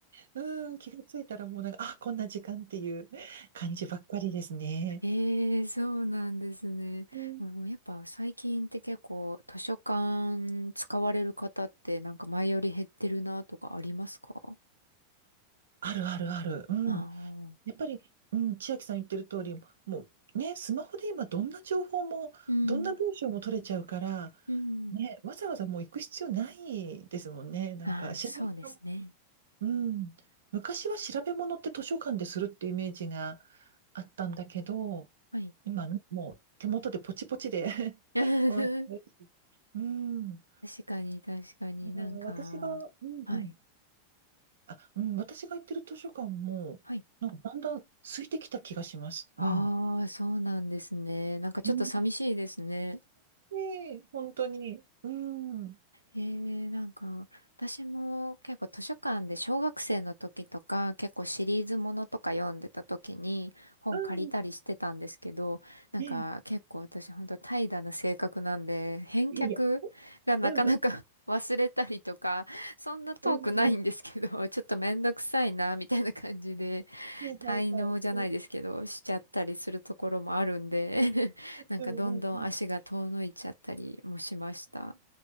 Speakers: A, on the right; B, on the left.
A: うん気がついたらもうなんかあこんな時間っていう感じばっかりですね。
B: えー、そうなんですね。
A: うん
B: もうやっぱ最近って結構図書館使われる方ってなんか前より減ってるなとかありますか
A: あるあるある。うん。
B: ああ
A: やっぱり、うん、千秋さん言ってる通り、もうね、スマホで今どんな情報も、
B: ー、うん、
A: どんな文章も取れちゃうから、
B: うん。
A: ね、わざわざもう行く必要ないですもんね。なんか知らない
B: ああ、そうですね。
A: うん。昔は調べ物って図書館でするっていうイメージがあったんだけど、
B: はい。
A: 今ね、もう手元でポチポチで <laughs>
B: <laughs>
A: 終わって。
B: 確
A: うん。だ
B: かに、確かになんか、
A: から私が、うんうん。
B: はい。
A: あ、うん、私が行ってる図書館も、
B: はい
A: なんかだんだん空いてきた気がします。
B: ああ、
A: うん。
B: そうなんですね。なんかちょっと寂しいですね。
A: うん。ねえ本当に。うん。うん。
B: えー、なんか、私も結構図書館で小学生の時とか結構シリーズものとか読んでた時に本借りたりしてたんですけど、
A: うん
B: なんか結構私本当怠惰な性格なんで、
A: ねえ
B: 返却がなかなか
A: いやうんうん。
B: <laughs> 忘れたりとか、そんな遠くないんですけど、
A: うんうん。
B: ちょっとめんどくさいな、みたいな感じで
A: はいはいはい。
B: 滞納じゃないですけど、しちゃったりするところもあるんで <laughs> なんかどんどん足が遠のいちゃったりもしました。
A: うんうんうん。